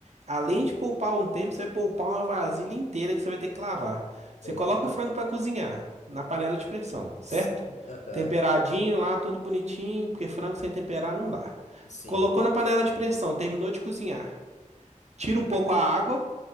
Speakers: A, on the right; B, on the left.
A: Além de poupar um tempo, você vai poupar uma vasilha inteira que você vai ter que lavar. Você
B: Opa,
A: coloca o frango para cozinhar na panela de pressão, certo?
B: sim, aham,
A: Temperadinho lá, tudo bonitinho, porque frango sem temperar não dá.
B: sim,
A: Colocou na panela de pressão, terminou de cozinhar. Tira um pouco a água,